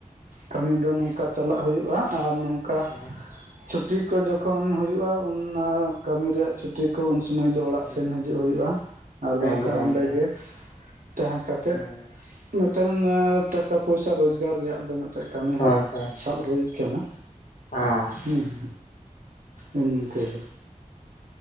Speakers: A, on the right (about 80°); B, on the left (about 75°).
A: ᱠᱟᱹᱢᱤ ᱫᱚ ᱱᱚᱝᱠᱟ ᱪᱟᱞᱟᱜ ᱦᱩᱭᱩᱜᱼᱟ ᱟᱨ ᱱᱚᱝᱠᱟ
B: ᱦᱮᱸ
A: ᱪᱷᱩᱴᱤ ᱠᱚ ᱡᱚᱠᱷᱚᱱ ᱦᱩᱭᱩᱜᱼᱟ ᱚᱱᱟ ᱠᱟᱹᱢᱤ ᱨᱮᱭᱟᱜ ᱪᱷᱩᱴᱤ᱾ ᱠᱟ ᱩᱱ ᱥᱚᱢᱚᱭ ᱫᱚ ᱚᱲᱟᱜ
B: ᱦᱩᱸ
A: ᱥᱮᱱ ᱦᱤᱡᱩᱜ ᱦᱩᱭᱩᱜᱼᱟ ᱟᱨ ᱵᱟᱝᱠᱷᱟᱱ
B: ᱮᱠᱫᱚᱢ ᱮᱠᱫᱚᱢ
A: ᱚᱱᱰᱮᱜᱮ ᱾ ᱛᱟᱦᱮᱸ ᱠᱟᱛᱮᱫ᱾
B: ᱦᱮᱸ
A: ᱢᱤᱫᱴᱮᱱ ᱴᱟᱠᱟ ᱯᱚᱭᱥᱟ ᱨᱚᱡᱽᱜᱟᱨ ᱨᱮᱭᱟᱜ ᱫᱚ ᱢᱤᱫ ᱴᱮᱱ ᱠᱟᱹᱢᱤ
B: ᱦᱳᱭ
A: ᱦᱟᱸᱜ
B: ᱦᱳᱭ
A: ᱥᱟᱵ ᱦᱳᱭ ᱠᱟᱱᱟ
B: ᱦᱮᱸ
A: ᱦᱩᱸ ᱮ ᱱᱤᱝᱠᱟᱹ ᱜᱮ᱾